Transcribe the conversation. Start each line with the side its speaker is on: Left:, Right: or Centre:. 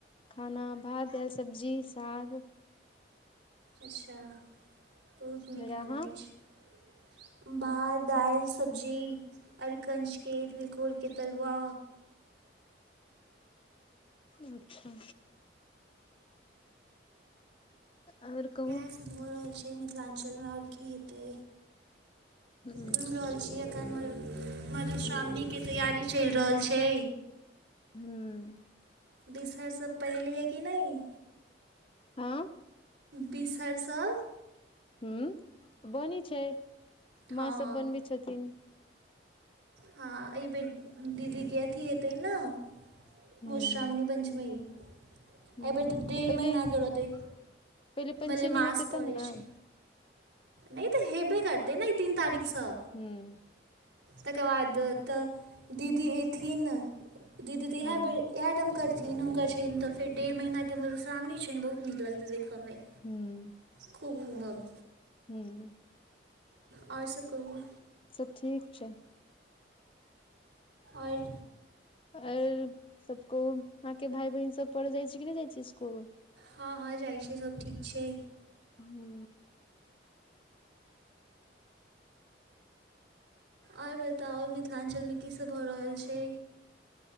Left: खाना भात दाल सब्जी साग
Right: अच्छा बहुत नीक
Left: रहाँ
Right: खाना अछि भात दालि सब्जी अरकञचके तिलकोरके तरुआ
Left: अच्छा आओर कहू
Right: इएहसभ भऽ रहल छै मिथिलाञ्चलमे आओर की हेतै
Left: हूँ
Right: घुम रहल छी एखन मधुश्रावणी के तैयारी चेल रहल छै
Left: हुँ
Right: बिसयसभ पड़ेलियै कि नहि
Left: हा
Right: बिसर सभ
Left: हू बनी छै
Right: हँ
Left: माँ
Right: हँ
Left: सब बनबै छथिन
Right: हँ एहि बेर दीदी के अथि हेतै न
Left: हूँ
Right: मधुश्रामणी पञ्चमी एहि
Left: हूँ
Right: बेर तऽ देडढ़
Left: पहिले
Right: महीना के रहतै
Left: पहिले पंचमी
Right: मल्लेमास
Left: हेतै
Right: पड़ै
Left: तब ने
Right: छै नहि तऽ हेबे करतै ने ई तीन तारीखसँ
Left: हुँ
Right: तेकर बाद तऽ दीदी एथिन दीदी त इएह
Left: हूँ
Right: इह टाम <unintelligible> करथिन हुनकर छै तऽ फेर डेढ़ महीना के मधुश्रावणी छनि बहुत नीक लगतै देखय मे
Left: हूँ
Right: कबमम
Left: हूँ
Right: आओर सब कहू
Left: सब ठीक
Right: आओर
Left: आऔर सबको कहू अहाँ के भाय बहिन सब पढ़ जाय छै कि नहि जाय छै इसकुल
Right: हँ हँ जाइ छै सब ठीक छै
Left: हू
Right: आइ बताउ मिथिलाञ्चलमे कीसभ भऽ रहल छै